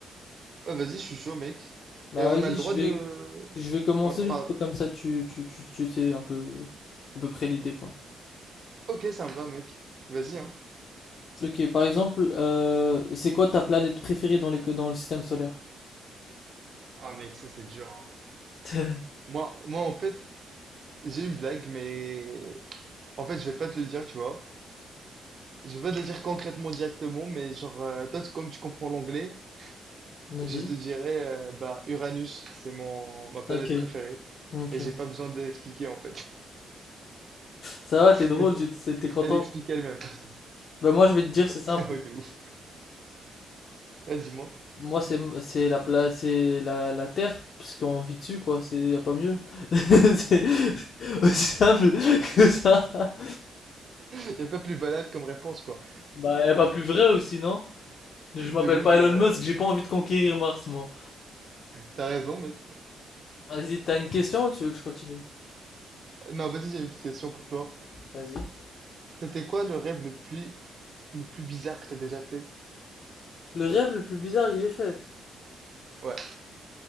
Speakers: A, on the right (about 40°); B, on the left (about 55°).
A: Ouais, vas-y, je suis chaud, mec.
B: Bah
A: Et on
B: vas-y,
A: a le
B: je
A: droit de...
B: vais, je vais commencer
A: on- pas-
B: juste pour comme ça tu, tu, tu, tu sais un peu, à peu près l'idée quoi.
A: Ok, ça me va, mec. Vas-y, hein.
B: Ok, par exemple, euh, c'est quoi ta planète préférée dans les, dans le système solaire?
A: Ah, mec, ça c'est dur, hein.
B: <laughs>
A: Moi, moi, en fait, j'ai une blague, mais en fait, je vais pas te le dire, tu vois. Je vais pas te dire concrètement directement, mais genre, euh, toi, tu- comme tu comprends l'anglais,
B: Vas-y.
A: je te dirais, euh, bah, Uranus, c'est mon ma planète
B: Ok,
A: préférée,
B: ok.
A: et j'ai pas besoin d'expliquer en fait.
B: Ça va, t'es
A: <laughs>
B: drôle, tu t'es t'es content.
A: Elle explique elle-même. <laughs>
B: Ben moi, je vais te dire, c'est simple.
A: Ouais, de ouf. Ah, dis-moi.
B: Moi, c'est c'est la pla- c'est la, la Terre, parce qu'on vit dessus, quoi. C'est y a pas mieux. <laughs> C'est aussi simple que ça.
A: Il a pas plus banal comme réponse, quoi.
B: Bah, y a pas plus vrai aussi, non? Je m'appelle
A: De ouf,
B: pas
A: t'as,
B: Elon Musk, j'ai pas envie de conquérir Mars, moi.
A: t'as raison, mais...
B: Vas-y, t'as une question ou tu veux que je continue?
A: Non, vas-y, j'ai une petite question pour toi.
B: Vas-y.
A: C'était quoi le rêve le plus, le plus bizarre que t'as déjà fait?
B: Le rêve le plus bizarre que j'ai fait.
A: Ouais,